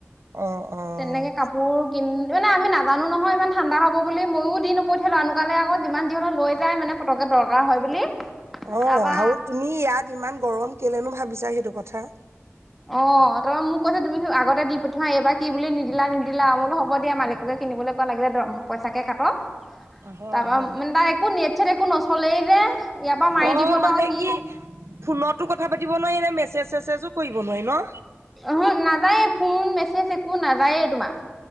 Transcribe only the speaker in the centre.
তেনেকে কাপোৰ কিন মানে আমি নাজানো নহয়, ইমান ঠাণ্ডা হ'ব বুলি। ময়ো দি নপঠিয়ালো, অকালে আকৌ যিমান যি হ'লে লৈ যায় মানে পটকে। দৰকাৰ হয় বুলি।
তাৰপা
অহ, তই মোক কৈছে তুমি আগতে দি পঠোৱা, এইবাৰ কি বুলি নিদিলা নিদালা। মই বোলো হ'ব দিয়া মালিককে কিনিবলৈ কোৱা লাগিলে দৰমহা পইচা তাকে কাটক
তাৰপা
মানে তাৰ একো নেটচ একো নচলেই যে, ইয়াৰ পৰা মাৰি
দিবলৈ
সি
অহ নাযায়ে ফোন, মেছেজ একো নাযায়েই তোমাৰ।